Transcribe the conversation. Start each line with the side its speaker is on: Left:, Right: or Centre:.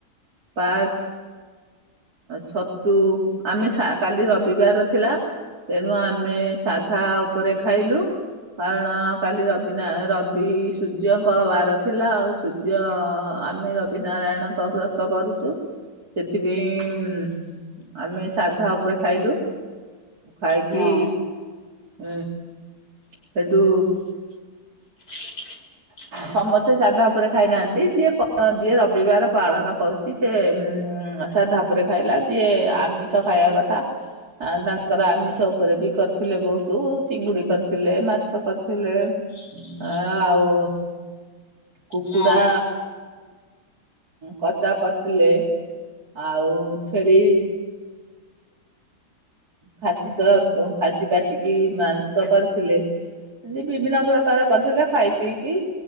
Right: ପାସ୍ ଛତୁ ଆମେ କାଲି ରବିବାର ଥିଲା ତେଣୁ ଆମେ ସାଧା ଉପରେ ଖାଇଲୁ କାରଣ କାଲି ରବି ନା ରବି ସୂର୍ଯ୍ୟଙ୍କ ବାର ଥିଲା ଆଉ ସୂର୍ଯ୍ୟ ଆମେ ରବି ନାରାୟଣଙ୍କ ବ୍ରତ କରୁଛୁ ସେଥିପ ଆମେ ସାଧା ଉପରେ ଖାଇଲୁ ଖାଇକି
Left: ହଁ
Right: ଉ ସେଟୁ
Left: <inaudible>
Right: ସମସ୍ତେ ସାଧା ଉପରେ ଖାଇନାହାନ୍ତି ଯିଏ ଯିଏ ରବିବାର ପାଳନ କରୁଛି ସେ ସଧା ଉପରେ ଖାଇଲା ଯିଏ ଆମିଷ ଖାଇବା କଥା ଆ ତାଙ୍କର ଆମିଷ ଉପରେ ବି କରିଥିଲେ ବହୁତ ଚିଙ୍ଗୁଡି କରିଥିଲେ ମାଛ କରିଥିଲେ
Left: ହଁ
Right: ହ ଆଉ କୁକୁଡ଼ା
Left: ହଁ
Right: କଷା କରିଥିଲେ ଆଉ ଛେଡି। ଖାସି ତର ଖାସି କାଟିକି ମାଂସ କରିଥିଲେ। ଏତି ବିଭିନ୍ନ ପ୍ରକାର କରିଥିଲେ ଖାଇ ପିଇକି।